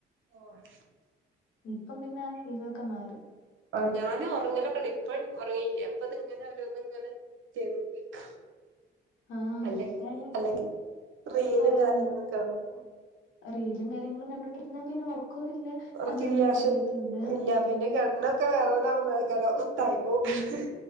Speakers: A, on the right (about 75°); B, on the left (about 80°).
A: ഓഹ്
B: ഇപ്പം പിന്നെ ആഹ് ശീലമൊക്കെ മാറി
A: ആഹ് ഞാനും ഉറങ്ങലൊക്കെണ്ട് ഇപ്പഴ് ഒറങ്ങീയില്ല അപ്പ അത്ങ്ങനെ ഒരു ഇത് ഇങ്ങനെ ചെയ്തൊണ്ടിരിക
B: ആഹ്
A: അല്ലെ
B: ഞാന്
A: അല്ലെങ്കി റീലും
B: ഒറങ്ങും
A: കാര്യങ്ങളും കാണും
B: റീലും കാര്യങ്ങളും കണ്ടോണ്ടിരുന്ന തന്നെ ഒറക്കൊയില്ല
A: ഉറക്കില്ല
B: സമയംപോന്നെ
A: പക്ഷെ
B: അറിയത്തൂല്ല ആഹ്
A: ഇല്ല പിന്നെ കണ്ണൊക്കെ വേദന ആവുമ്പേളേക്കാരം ടൈമോക്ക്ണ്
B: ഉം